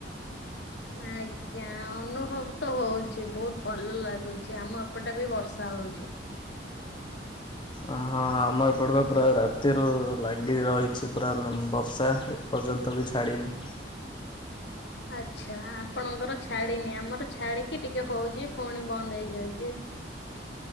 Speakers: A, on the left; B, on the left.
A: ଆ ଆଜ୍ଞା ଅନୁଭବ ତ ହଉଛି ବହୁତ ଭଲ ଲାଗୁଛି ଆମ ଏପଟେ ବି ବର୍ଷା ହଉଛି।
B: ଅ ହଁ ଆମ ଏପଟ ପୁରା ରାତିରୁ ଲାଗି ରହିଛି ପୁରା ବର୍ଷା ପର୍ଯ୍ୟନ୍ତ ବି ଛାଡ଼ିନି।
A: ଆଚ୍ଛା ଆପଣଙ୍କର ଛାଡିନି, ଆମର ଛାଡିକି ଟିକେ ହଉଛି ପୁଣି ବନ୍ଦ ହେଇଯାଉଛି।